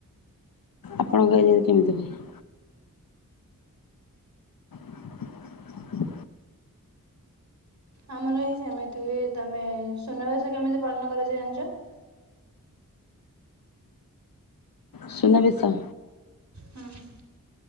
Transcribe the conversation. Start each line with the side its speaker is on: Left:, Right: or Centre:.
Left: ଆପଣଙ୍କ ଏରିଆରେ କେମିତି ହୁଏ ହୁ ହୁ
Right: ଆମର ଏଇ ସେମିତି ହୁଏ ତମେ ସୁ୍ନାବେସ କେମିତି ପାଳନ କରାଯାଏ ଜାଣିଛ
Left: ସୁନାବେଶ
Right: ହୁଁ